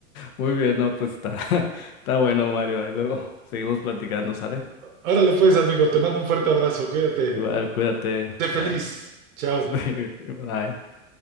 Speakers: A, on the left; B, on the right.
A: Muy bien, no, pues está, <laughs> está bueno, Mario. Ahí luego seguimos platicando, ¿sale?
B: Órale pues, amigo, te mando un fuerte abrazo, cuídate.
A: Igual, cuídate.
B: Sé feliz.
A: Bye.
B: Chao.
A: <laughs> Sí, Bye.